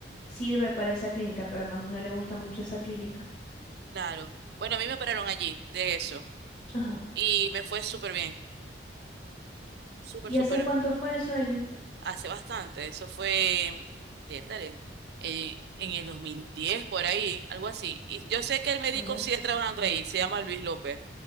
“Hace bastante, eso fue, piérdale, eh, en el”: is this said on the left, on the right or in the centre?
Right